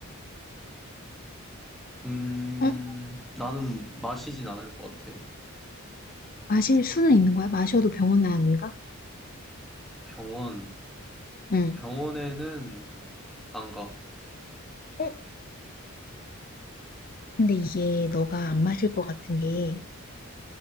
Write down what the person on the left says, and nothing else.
응?
마실 수는 있는 거야? 마셔도 병원 나안가
응.
어? 근데 이게 너가 안 마실 것 같은 게